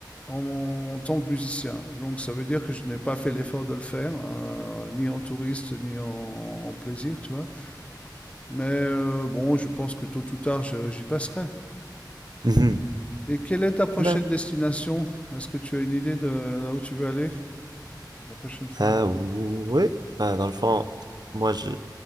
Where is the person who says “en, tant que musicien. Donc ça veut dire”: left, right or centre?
Left